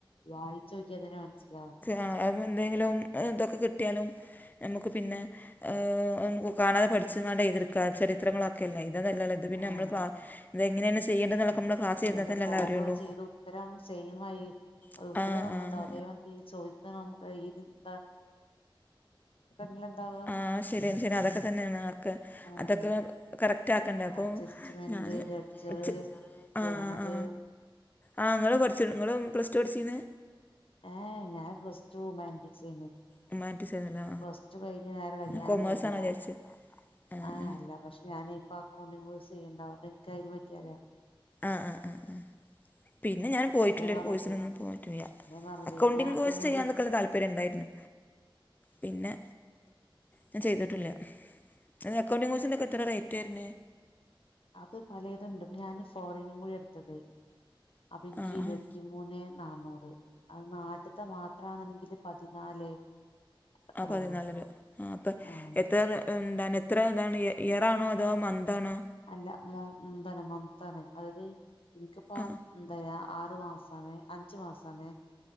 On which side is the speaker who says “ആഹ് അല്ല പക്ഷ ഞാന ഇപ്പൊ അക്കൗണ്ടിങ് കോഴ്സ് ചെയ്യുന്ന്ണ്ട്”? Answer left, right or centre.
Left